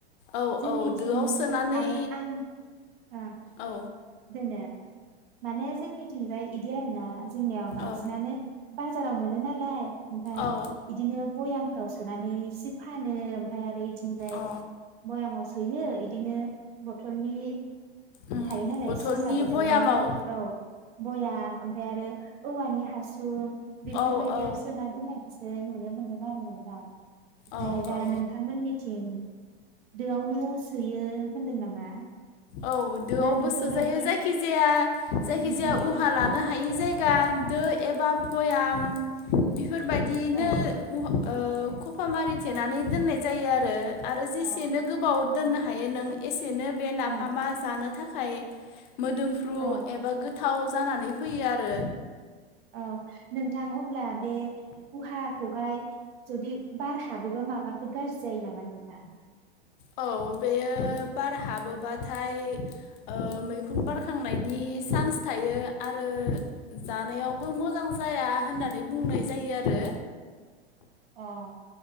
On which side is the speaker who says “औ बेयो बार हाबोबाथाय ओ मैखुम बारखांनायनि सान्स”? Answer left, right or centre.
Left